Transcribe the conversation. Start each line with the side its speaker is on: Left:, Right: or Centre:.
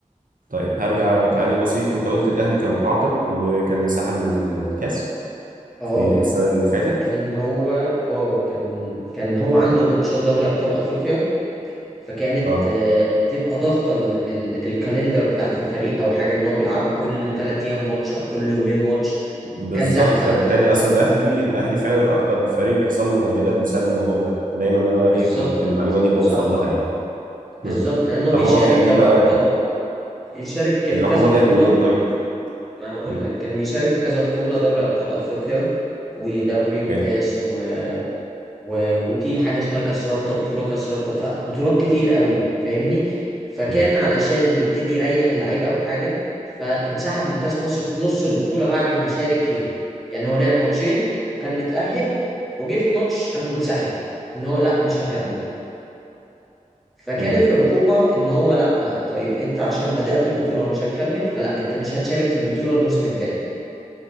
Right: طيب هرجع تعليق بسيط انت قلت الاهلي كان متعاقد وكان انسحب من ال- الكاس
Centre: اه
Right: في السنة اللي فاتت
Centre: كان هو اه كان كان هو عنده
Right: مم.
Centre: ماتشات دوري أبطال أفريقيا فكانت
Right: اه
Centre: آه، بتبقى ضاغطه ال- ال- الكالندر بتاعت الفريق او حاجه ان هو بيلعبوا كل ثلاث ايام ماتش او كل يومين ماتش
Right: بالظبط
Centre: كان زحمه
Right: فبالتالي
Centre: قوي
Right: اصلا الاهلي الاهلي فعلا اكتر فريق بيحصل له مؤجلات بسبب الموضوع ده دايما انا
Centre: بالظبط
Right: ايه كنت المعلومة دي بوصل
Centre: صح
Right: لها يعني
Centre: بالظبط
Right: مم.
Centre: لان هو
Right: طب
Centre: بيشارك
Right: هو كان
Centre: دوري
Right: ايه بقى
Centre: ابطال بيشارك في
Right: العقوبة
Centre: كذا بطوله
Right: جت من ايه طيب؟
Centre: ما هقول
Right: مم.
Centre: لك كان بيشارك في كذا بطوله دوري ابطال افريقيا ودوري وكاس
Right: حلو
Centre: و و- وفي حاجة اسمها كاس رابطة بطولة كاس رابطة فبطولات كتير قوي فاهمني فكان
Right: مم.
Centre: علشان يبتدي يريح اللعيبة أو حاجة فانسحب من كاس مصر في نص البطولة بعد ما شارك فيها يعني هو لعب ماتشين كان متأهل وجه في ماتش قام منسحب إن هو لأ مش هكمل فكانت
Right: مم.
Centre: العقوبة إن هو لأ طيب أنت عشان بدأت البطولة ومش هتكمل فلأ أنت مش هتشارك في البطولة الموسم الجاي